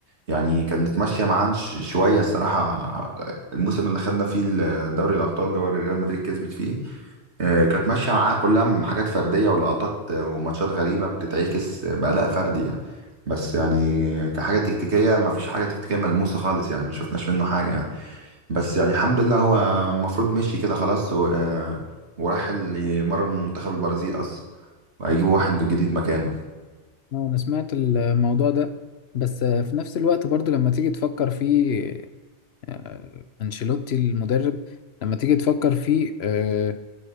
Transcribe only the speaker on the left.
اه
آه، أنا سمعت الموضوع ده بس آه، في نفس الوقت برضو لما تيجي تفكر فيه آه، أنشيلوتي المدرب لما تيجي تفكر فيه آه،